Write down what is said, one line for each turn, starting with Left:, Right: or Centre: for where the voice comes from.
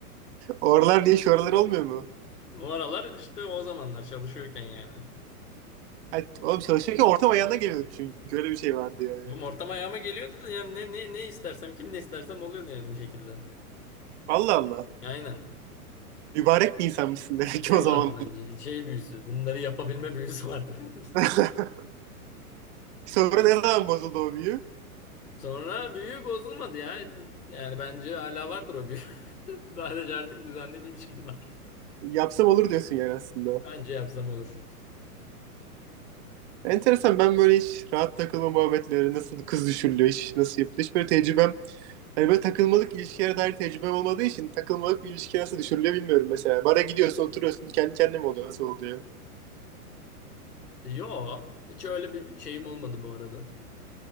Right: Oralar diye şu oralar olmuyor mu?
Left: O aralar işte o zamanlar çalışıyorken yani.
Right: Hayır, oğlum çalışırken ortam ayağına geliyordu çünkü öyle bir şey vardı yani.
Left: Bu ortam ayağıma geliyordu da yani ne, ne, ne istersem kim ne istersem oluyordu yani bir şekilde.
Right: Allah Allah.
Left: Aynen.
Right: Mübarek bir insanmışsın demek
Left: Büyü
Right: ki o zaman.
Left: vardı bence şey büyüsü bunları yapabilme büyüsü vardı <laughs> benim işte.
Right: <laughs> Sonra ne zaman bozuldu o büyü?
Left: Sonra büyü bozulmadı ya. Yani bence hala vardır o büyü. <laughs> Sadece artık düzenli bir ilişkim var.
Right: Yapsam olur diyorsun yani aslında.
Left: Bence yapsam olur.
Right: Enteresan ben böyle hiç rahat takılma muhabbetleri nasıl kız düşürülüyor iş nasıl yapılıyor hiç böyle tecrübem hani böyle takılmalık ilişkilere dair tecrübem olmadığı için takılmalık bir ilişki nasıl düşürülüyor bilmiyorum mesela. Bara gidiyorsun oturuyorsun kendi kendine mi oluyor nasıl oluyor?
Left: Yo hiç öyle bir şeyim olmadı bu arada.